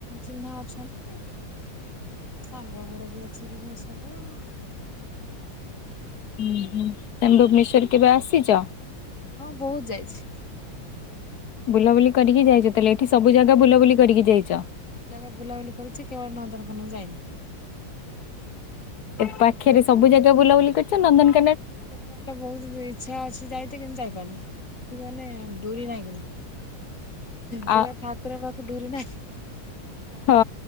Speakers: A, on the left; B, on the left.
A: ଚିହ୍ନା ଅଛନ୍ତି।
B: <unintelligible>
A: ଆଉ ଜଣେ ମୋ ସାଙ୍ଗ ଘର ବି ଅଛି ଭୁବନେଶ୍ୱର ରେ।
B: ଉୁଁ ହୁଁ ତମେ ଭୁବନେଶ୍ୱର କେବେ ଆସିଛ।
A: ହଁ ବହୁତ ଯାଇଛି।
B: ବୁଲାବୁଲି କରିକି ଯାଇଛ ତାହେଲେ ଏଠି ସବୁ ଜାଗା ବୁଲାବୁଲି କରିକି ଯାଇଛ।
A: ସବୁ ଜାଗା ବୁଲାବୁଲି କରିଛି କେବଳ ନନ୍ଦନକାନନ ଯାଇନି।
B: ପାଖେ ରେ ସବୁ ଜାଗା ବୁଲାବୁଲି କରିଛ ନନ୍ଦନ
A: ନନ୍ଦନକାନନ ଟା ବହୁତ ଇଚ୍ଛା ଅଛି ଯାଇତେ କିନ୍ତୁ ଯାଇପାରୁନି ସେଠିକି ମାନେ ଡୁରି ନାଗି ନି। ଯାର
B: ଆ
A: ଠାକୁର ପାଖୁ କୁ ଡୁରି ନାଗିନି
B: ହଁ